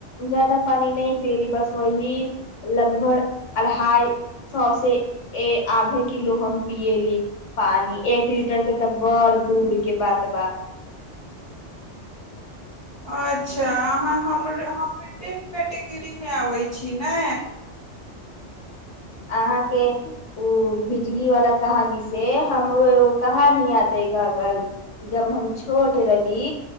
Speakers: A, on the left; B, on the right.
A: जादा पानि नहि पियली बस वही लगभग अढ़ाई सए से आधा किलो हम पियली पानि एक लीटर के तऽ बड़ दूर के बात बात
B: अच्छा अहाँ हमर हमरे कैटेगरीमे अबै छी ने
A: अहाँके ओ बिजली वालला कहानी से हमरो एगो कहानी यादे गगल जब हम छोट रहली